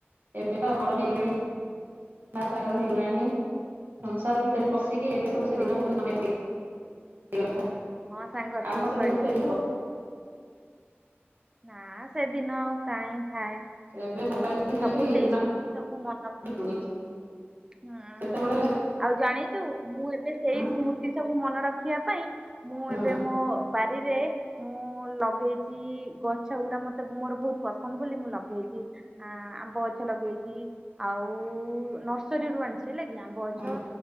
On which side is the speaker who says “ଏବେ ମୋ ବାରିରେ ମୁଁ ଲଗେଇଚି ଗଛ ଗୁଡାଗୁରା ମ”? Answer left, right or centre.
Right